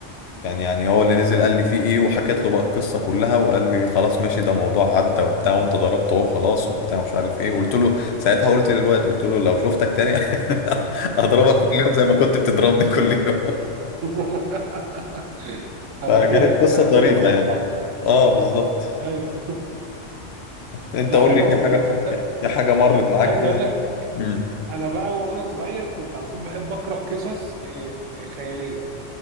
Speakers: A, on the left (about 65°); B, on the right (about 85°).
A: كان يعني هو اللي نزل قال لي فيه ايه وحكيت له بقى القصه كلها وقال لي خلاص ماشي ده موضوع عدى وبتاع وانت ضربته اهو خلاص وبتاع مش عارف ايه قلت له ساعتها قلت للواد قلت له لو شفتك تاني <laughs> اضربك كل يوم زي ما كنت بتضربني كل يوم <laughs>
B: <laughs> هبهدلك
A: فكانت قصه
B: هبهدلك
A: طريفه
B: واقطعك
A: يعني اه بالظبط
B: ايوه <laughs>
A: انت
B: لا
A: قول
B: حلو
A: لي في
B: والله
A: حاجه
B: تصدق
A: في حاجه مرت معاك
B: عايز
A: كده
B: اقول لك
A: امم
B: انا بقى وانا صغير كنت على طول بحب اقرا قصص آه، خياليه